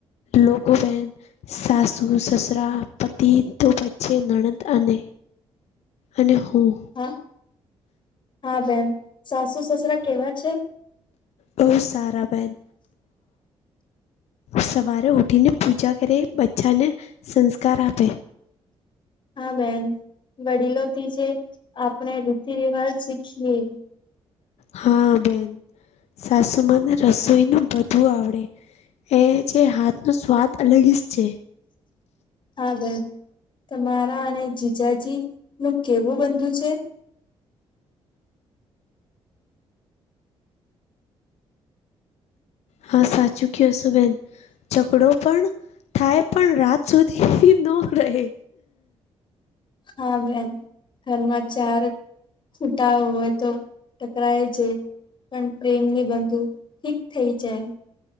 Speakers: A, on the left; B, on the left.
A: લોગો બેન સાસ વ સસરા, પતિ તો બચ્ચે, નણદ અને અને હું.
B: હા હા બેન સાસુ સસરા કેવા છે?
A: બો સારા બેન. સવારે ઉઠીને પૂજા કરે બચ્ચાંને સંસ્કાર આપે.
B: હા બેન વડીલોથી જે આપણે રીતિ રિવાજ શીખીએ.
A: હા બેન સાસુમાને રસોઈનું બધું બધું આવડે એ જે હાથ નો સ્વાદ અલગ જ છે.
B: હા બેન તમારા અને જીજાજી નું કેવું બંધુ છે.
A: હા સાચું કયો શો બેન. ઝઘડો પણ થાય પણ રાત સુધી નો રહે.
B: હા બેન ઘરમાં ચાર કુટાવ હોય તો ટકરાય છે. પણ પ્રેમ ની બંધુ ઠીક થઇ જાય.